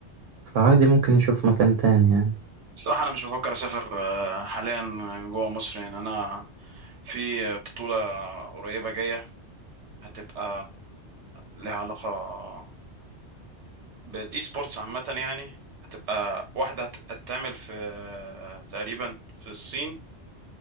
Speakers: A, on the right (about 85°); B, on the right (about 70°).
A: فعادي ممكن نشوف مكان تاني يعني
B: الصراحة أنا مش بفكر أسافر آه، حاليا جوا مصر يعني أنا في بطولة قريبة جاية هتبقى لها علاقة بالاي سبورتس عامة يعني هتبقى واحدة هتبقى تعمل في آه، تقريبا في الصين